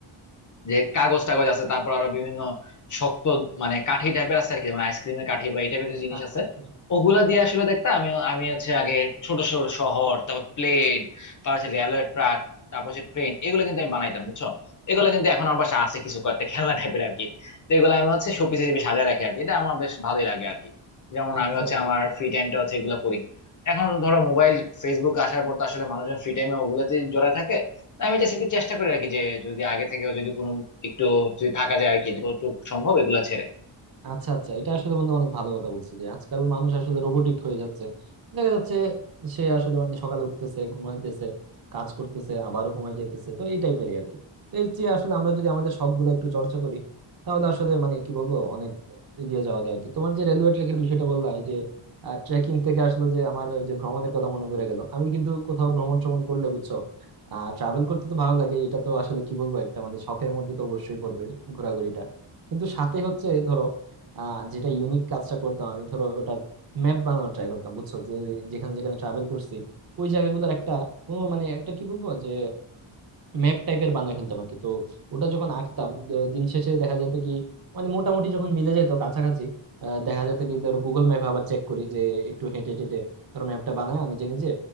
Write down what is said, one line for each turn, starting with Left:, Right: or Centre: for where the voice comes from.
Left: যে কাগজ টাগজ আছে তারপর আরো বিভিন্ন শক্ত মানে কাঠি টাইপের আছে আর কি মানে আইসক্রিমের কাঠি বা এই টাইপের কিছু জিনিস
Right: আচ্ছা
Left: আছে
Right: আচ্ছা বুঝতে
Left: ওগুলা দিয়ে আসলে দেখতাম আমি আমি হচ্ছে আগে ছোট ছোট শহর তারপর প্লেন তারপর হচ্ছে রেলওয়ে ট্রাক তারপর হচ্ছে ট্রেন এগুলো কিন্তু আমি বানাইতাম বুঝছো এগুলো কিন্তু এখন আমার বাসায় আছে কিছু কয়েকটা খেলনা টাইপের আর কি তো এগুলো আমি হচ্ছে শোপিস
Right: পেরেছি।
Left: হিসেবে সাজায় রাখি আর কি এটা আমার বেশ ভালোই লাগে আর কি যেমন
Right: আচ্ছা
Left: আমি হচ্ছে
Right: বুঝতে
Left: আমার
Right: পারলাম।
Left: ফ্রি টাইমটা হচ্ছে এগুলো করি এখন ধরো মোবাইল ফেসবুক আসার পর তো আসলে মানুষজন ফ্রি টাইমে ওগুলোতে জড়ায় থাকে আমি জাস্ট একটু চেষ্টা করি আর কি যে যদি আগে থেকেও যদি কোনো একটু যদি থাকা যায় আর কি যতটুকু সম্ভব এগুলা ছেড়ে
Right: আচ্ছা আচ্ছা এটা আসলে বন্ধু অনেক ভালো কথা বলছে যে আজকাল মানুষ আসলে রোবোটিক হয়ে যাচ্ছে দেখা যাচ্ছে সে আসলে মানে সকালে উঠতেছে ঘুমাইতেছে কাজ করতেছে আবারও ঘুমাই যাইতেছে তো এই টাইপের আর কি তো এর চেয়ে আসলে আমরা যদি আমাদের শখ গুলো একটু চর্চা করি তাহলে আসলে মানে কি বলবো অনেক এগিয়ে যাওয়া যায় আর কি তোমার যে রেলওয়ে ট্র্যাকের বিষয়টা বললা এই যে ট্রেকিং থেকে আসলে যে আমার ওই যে ভ্রমণের কথা মনে পড়ে গেল আমি কিন্তু কোথাও ভ্রমণ শ্রমণ করলে বুঝছো আহ ট্রাভেল করতে তো ভালো লাগে এটা তো আসলে কি বলবো একটা মানে শখের মধ্যে তো অবশ্যই পড়বে ঘোরাঘুরিটা কিন্তু সাথে হচ্ছে ধরো আহ, যেটা ইউনিক কাজটা করতাম আমি ধরো ওটার ম্যাপ বানানোর ট্রাই করতাম বুঝছো যে যেখানে যেখানে ট্রাভেল করছি ওই জায়গাগুলোর একটা কোনো মানে একটা কি বলবো যে ম্যাপ টাইপের বানায় ফেলতাম আর কি তো ওটা যখন আঁকতাম দ- দিন শেষে দেখা যেত কি মানে মোটামুটি যখন মিলে যেত কাছাকাছি আহ, দেখা যেত কি ধরো গুগল ম্যাপে আবার চেক করি যে একটু হেঁটে হেঁটে ধরো ম্যাপটা বানায় নিজে নিজে